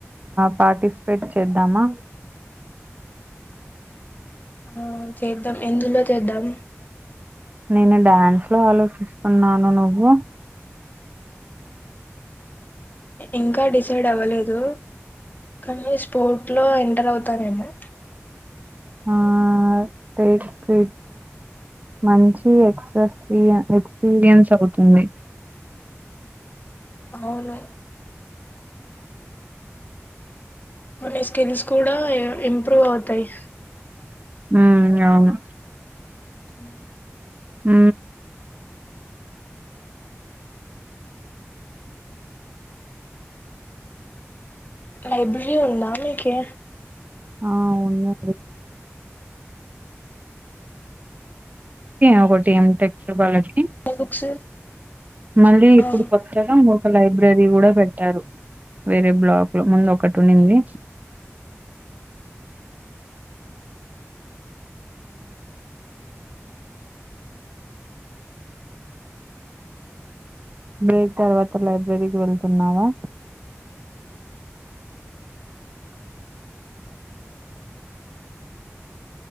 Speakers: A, on the right; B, on the left.
A: పార్టిస్ పెట్ చేద్దామా
B: ఆ చేద్దాం ఎందులో చేద్దాం
A: నేను డ్యాన్స్ లో ఆలోచిస్తున్నాను నువ్వు
B: ఇంకా డిసైడ్ అవ్వలేదు కానీ స్పోర్ట్ లో ఎంటర్ అవుతాారేమో
A: ఆ టేక్ ఇ మంచి ఎక్పీ ఎక్స్పీరియన్స్ అవుతుంది
B: అవును మ స్కిల్స్ కూడా ఇంప్రూవ్ అవుతాయి
A: హ అవును
B: హ
A: హ
B: లైబ్రరీ ఉందా మీకు
A: ఆ ఉంది ఒకటి <inaudible>
B: బుక్స్
A: మళ్ళీ
B: ఆ
A: ఇప్పుడు పక్కగా ఒక లైబ్రరీ కూడా పెట్టారు వేరే బ్లాక్ లో ముందు ఒకటి ఉంది మే తర్వాత లైబ్రరీకి వెళ్తున్నావా